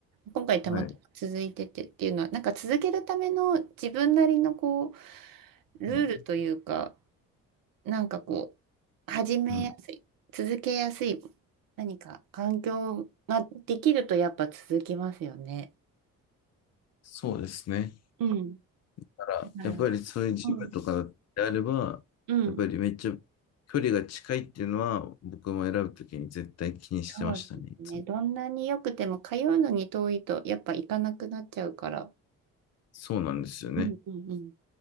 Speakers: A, on the right; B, on the left.
A: 今回たまたま続いててっていうのは、
B: はい。
A: なんか続けるための自分なりのこう、ルールというか、
B: はい。
A: なんかこう、始めやすい、
B: うん。
A: 続けやすい、何か環境ができるとやっぱ続きますよね。
B: そうですね。
A: うん。
B: だから、
A: だから
B: やっぱりそういうジムとかであれば、
A: うん。うん。
B: やっぱりめっちゃ距離が近いっていうのは、僕も選ぶときに絶対気にしてましたね、
A: そうですね。
B: いつも。
A: どんなに良くても通うのに遠いとやっぱ行かなくなっちゃうから。
B: そうなんですよね。
A: うんうんうん。